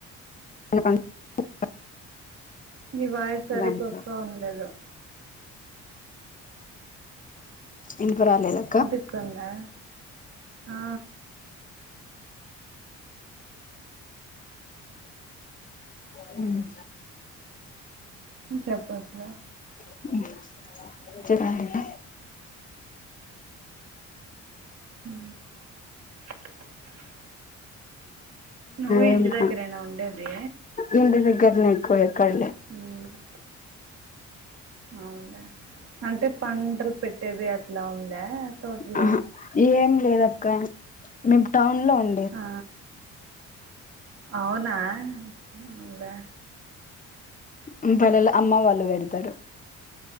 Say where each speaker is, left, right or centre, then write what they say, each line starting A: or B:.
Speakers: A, on the left; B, on the right.
A: <unintelligible>
B: మీ వాయస్ సరిగా
A: దాంట్లో
B: వస్తా ఉంన్లేదు
A: ఇంకా రాలేదా
B: యినిపిస్తుందా ఆ
A: <inaudible> ఉమ్
B: చేపట్లా
A: <unintelligible>
B: <inaudible> నువ్వు
A: ఏం
B: ఇంటి
A: కా
B: దగ్గరే నా ఉండేది
A: ఇంటి దగ్గర నే కో యక్కడలే
B: ఉమ్ అవును లే అంటే పంటలు పెట్ ట్టేది అట్లా ఉందా తోటలో
A: ఆహా ఏం లేదక్క మేము టౌన్ లో ఉం
B: ఆ అవునా అవునులే
A: ఆ పల్లెలో అమ్మ వాళ్ళు పెడతారు